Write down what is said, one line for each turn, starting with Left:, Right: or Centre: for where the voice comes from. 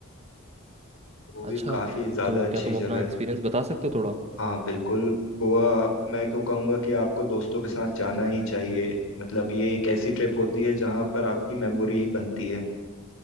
Left: वो भी
Right: अच्छा
Left: काफ़ी ज़्यादा
Right: तो
Left: अच्छी
Right: क्या तुम
Left: जगह
Right: अपना एक्सपीरियंस
Left: है
Right: बता सकते हो थोड़ा
Left: हाँ बिल्कुल गोवा मैं तो कहूँगा कि आपको दोस्तों के साथ जाना ही चाहिए मतलब ये एक ऐसी ट्रिप होती है जहाँ पर आपकी मेमोरी ही बनती है